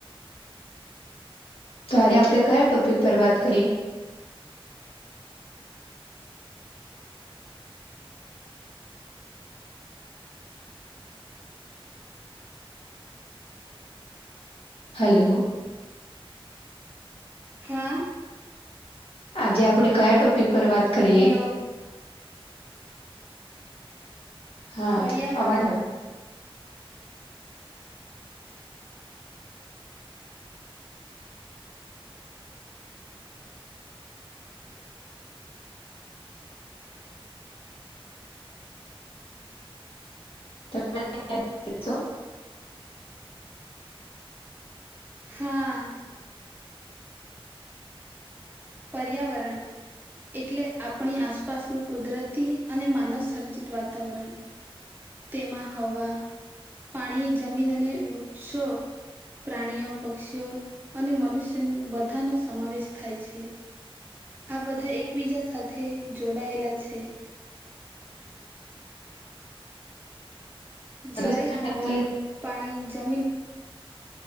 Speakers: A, on the left (about 75°); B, on the right (about 20°).
A: તો <inaudible> આપણે કયા ટોપિક પર વાત કરીએ? હલો?
B: હા.
A: આજે આપણે કયા ટોપિક પર વાત કરીએ
B: હેલો.
A: હા.
B: પર્યાવરણ
A: અવાજ <inaudible>
B: <inaudible>
A: <inaudible>
B: હા. પર્યાવરણ એટલે આપણી આસપાસનું કુદરતી અને માનવ સર્જિત વાતાવરણ. તેમાં હવા, પાણી જમીન, અને વૃક્ષો પ્રાણીઓ, પક્ષીઓ અને મનુષ્ય બધા નો સમાવેશ થાય છે. આ બધા એકબીજા સાથે જોડાયેલા છે.
A: પ્રદૂષણ
B: જયારે હવા,
A: એટલે
B: પાણી, જમીન